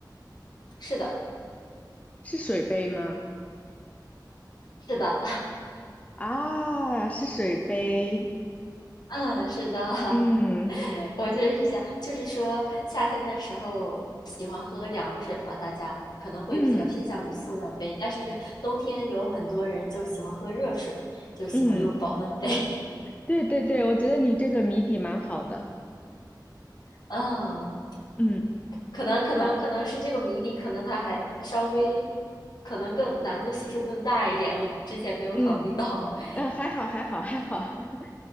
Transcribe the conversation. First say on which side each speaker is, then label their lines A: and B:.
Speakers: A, on the left; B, on the left.
A: 是的，
B: 是水杯吗？
A: 是的，
B: 啊，是水杯。
A: <laughs> 嗯，是的，
B: 嗯
A: <laughs> 我就是想，就是说夏天的时候喜欢喝凉水嘛，大家可能会比较偏向于塑料杯，
B: 嗯
A: 但是冬天有很多人就喜欢喝热水，就喜欢用保温杯。
B: 嗯，
A: <laughs>
B: 对对对，我觉得你这个谜底蛮好的。
A: 嗯，
B: 嗯，
A: 可能可能可能是这个谜底，
B: 好，
A: 可能它还稍微，可能更难度系数更大一点，我之前没有考虑到。
B: 嗯。<laughs>
A: <laughs>
B: 嗯，还好，还好，还好。<laughs>